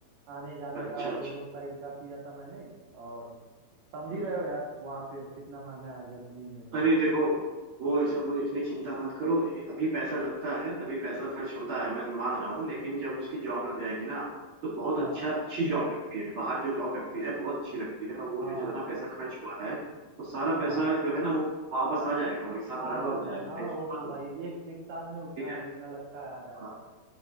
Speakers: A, on the right; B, on the right.
A: आने जाने
B: हाँ, अच्छा
A: का
B: अच्छा
A: दोनों साइड का किया था मैंने और समझ ही
B: हम्म।
A: रहे हो यार वहाँ पे कितना महंगा है जर्मनी में तो
B: अरे देखो वो सब इतनी चिंता मत करो अभी पैसा लगता है अभी पैसा खर्च होता है मैं मान रहा हूँ लेकिन जब उसकी जॉब लग जाएगी ना तो बहुत
A: हाँ
B: अच्छा अच्छी जॉब लगती है बाहर जो जॉब लगती है बहुत अच्छी लगती है और वो
A: हाँ
B: जो जितना पैसा खर्च हुआ है वो सारा
A: हाँ
B: पैसा जो है ना वो वापस आ जाएगा वो हिसाब
A: आ
B: बराबर
A: जाता
B: हो जाएगा
A: है हाँ
B: टेंशन
A: वो तो
B: मत
A: भाई
B: लो
A: एक एक साल में उतना
B: ठीक है
A: जितना लगता है आ जाता
B: हाँ
A: है